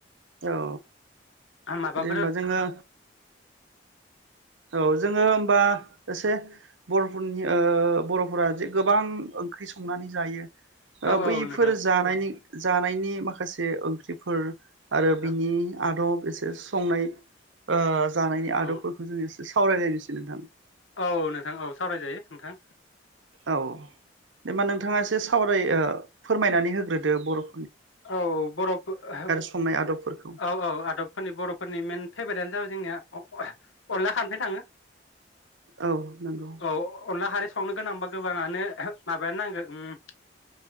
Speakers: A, on the right (about 80°); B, on the left (about 85°).
A: औ
B: माबाफोर
A: दे होमबा
B: औ
A: जोङो औ जोङो होमबा एसे बरफोरनि ओ बरफोरा जे गोबां ओंख्रि संनानै जायो ओ
B: औ
A: बैफोर
B: नोंथां
A: जानायनि जानायनि माखासे ओंख्रिफोर आरो बिनि
B: औ
A: आदब एसे संनाय ओ जानायनि आदबफोरखौ
B: औ
A: जोङो एसे सावरायलायनोसै नोंथां ।
B: औ नोंथां औ सावरायजायो नोंथां
A: औ जेनेबा नोंथाङा एसे सावराय ओ फोरमायनानै होग्रोदो बर'
B: औ बर' औ
A: संनाय आदबफोरखौ
B: औ आदबफोरनि बर'फोरनि मेन फेभारेटानो जाबाय जोंनिया अ-अनला खानफै थाङो
A: औ नंगौ
B: औ अनला खारै संनो गोनांबा गोबाङानो माबायानो नांगोन उम